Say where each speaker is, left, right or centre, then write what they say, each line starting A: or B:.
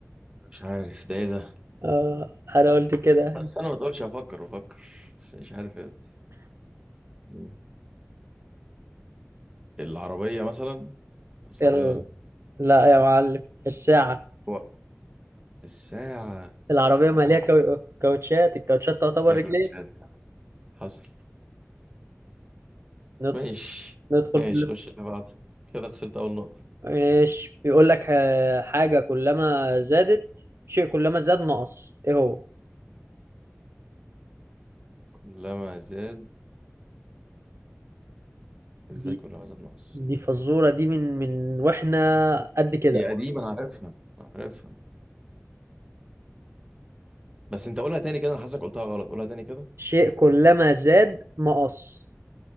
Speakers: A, on the right (about 20°); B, on the right (about 60°).
A: مش عارف ده ايه ده
B: اه انا قلت كده
A: بس انا ما تقولش افكر افكر بس مش عارف ايه ده مم. العربية مثلا بس
B: يلا
A: العربية
B: لا يا معلم الساعة
A: وقت. الساعة
B: العربية
A: معاك
B: مالية
A: حق
B: كاو- كاوتشات الكاوتشات تعتبر
A: تاكل
B: رجلين
A: مش عارف حصل
B: ندخل
A: ماشي
B: ندخل
A: ماشي
B: في اللف
A: خش اللي بعده كده خسرت أول نقطة
B: ماشي بيقول لك آه، حاجة كلما زادت شيء كلما زاد نقص ايه هو
A: كلما زاد
B: دي
A: ازاي كلما زاد ناقص
B: دي فزورة دي من من واحنا قد كده
A: هي قديمة أنا عارفها أنا عارفها بس أنت قولها تاني كده أنا حاسسك قلتها غلط قولها تاني كده
B: شيء كلما زاد نقص